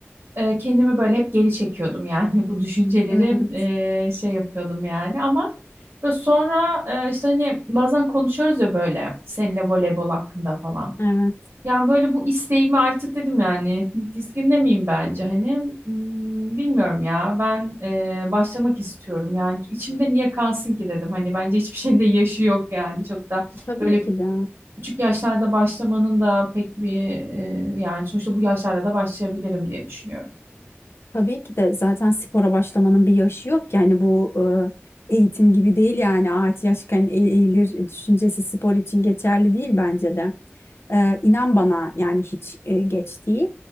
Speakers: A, on the right; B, on the left.
A: E, kendimi böyle hep geri çekiyordum yani <laughs> bu düşünceleri
B: Hmm,
A: e, şey yapıyordum yani ama böyle sonra e, işte hani bazen konuşuyoruz ya böyle seninle voleybol hakkında falan.
B: evet.
A: Yani böyle bu isteğimi artık dedim yani <laughs> dizginde miyim bence hani hmm, bilmiyorum ya ben e, başlamak istiyorum yani içimde niye kalsın ki dedim hani bence hiçbir şeyin de yaşı yok yani çok da
B: Tabii
A: böyle
B: ki de.
A: küçük yaşlarda başlamanın da pek bir e, yani sonuçta bu yaşlarda da başlayabilirim diye düşünüyorum.
B: Tabii ki de zaten spora başlamanın bir yaşı yok. Yani bu e, eğitim gibi değil yani ağaç yaşken eğ- eğilir düşüncesi spor için geçerli değil bence de. Ee, inan bana yani hiç e, geç değil.